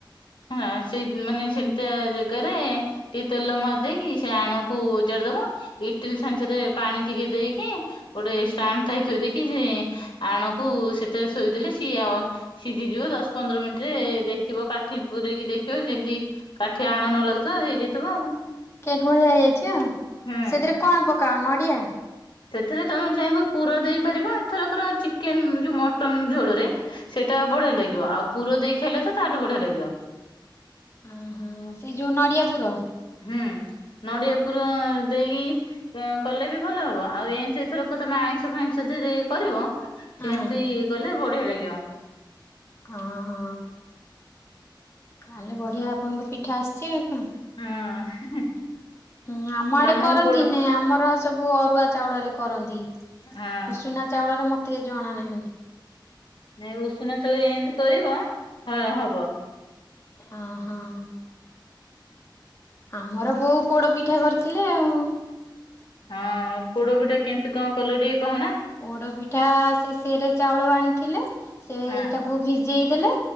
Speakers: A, on the left (about 70°); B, on the left (about 35°).
A: ହଁ ସେଇ ମାନେ ସେମିତିଆ ଜାଗେରେ ଟିକେ ତେଲ ମାରିଦେଇକି ସେ ଆଣକୁ ଓଜାଡି ଦବ ଇଟିଲି ଛାଞ୍ଚରେ ପାଣି ଟିକେ ଦେଇକି ଗୋଟେ ଷ୍ଟାଣ୍ଡ ଟାଏ ଥୋଇ ଦେଇକି ସେ ଆଣକୁ ସେଥେରେ ଥୋଇଦେଲେ ସିଏ ଆଉ ସିଝିଯିବ ଦଶ ପନ୍ଦର ମିନିଟ୍ ରେ ଦେଖିବ କା କାଠି ପୂରେଇକି ଦେଖିବ ଯେମିତି କାଠି ଆଣ ନ ଲାଗୁଥିବ ହେଇଯାଇଥିବ ଆଉ।
B: କେକ୍ ଭଳିଆ ହେଇଯାଇଥିବ ଆଉ
A: ହୁଁ।
B: ସେଥିରେ କଣ ପ କଣ ନଡ଼ିଆ।
A: ସେଥିରେ ତମେ ଚାହିଁବ ପୁର ଦେଇପାରିବ ଥରକର ଚିକେନ୍ ଯୋଉ ମଟନ ଝୋଳରେ ସେଇଟା ବଢିଆ ଲାଗିବ ଆଉ ପୁର ଦେଇ ଖାଇଲେ ତ ତାଠୁ ବଢିଆ ଲାଗିବ।
B: ହଁ ହଁ ସେଇ ଯୋଉ ନଡିଆ ପୁର?
A: ହୁଁ ନଡ଼ିଆ ପୁର ଦେଇକି କଲେ ବି ଭଲ ହବ ଆଉ ଏମିତି ଥରକ ତମେ ଆଇଁଷ ଫାଇଁଷ ଧିଏରେ କରିବ ସେମିତି
B: ହଁ
A: କଲେ ବଢିଆ ଲାଗିବ।
B: ହଁ ହଁ ତାହେଲେ ବଢିଆ ଆପଣଙ୍କ ପିଠା ଆସିଛି ଆଉ।
A: ହଁ
B: ହୁଁ ଆମ ଆଡେ
A: ତମକୁ
B: କରନ୍ତି
A: ପଡୁ
B: ନାଇଁ ଆମର ସବୁ ଅରୁଆ ଚାଉଳରେ କରନ୍ତି।
A: ହଁ
B: ଉସୁନା ଚାଉଳରେ ମ ଜଣା ନାହିଁ।
A: ନାଇଁ ଉଷୁନା ଚାଉଳରେ ଏମିତି କରିବ ହଁ ହବ।
B: ହ ହୋ ଆମର ବୋଉ ପୋଡ ପିଠା କରିଥିଲେ ଆଉ
A: ହଁ ପୋଡ ପିଠା କେମତି କଣ କଲୁ ଟିକେ କହୁନା
B: ପୋଡ ପିଠା ସେ ସେରେ ଚାଉଳ ଆଣିଥିଲେ ସେ
A: ହଁ
B: ତାକୁ ବି ଯେଇ ଦେଲେ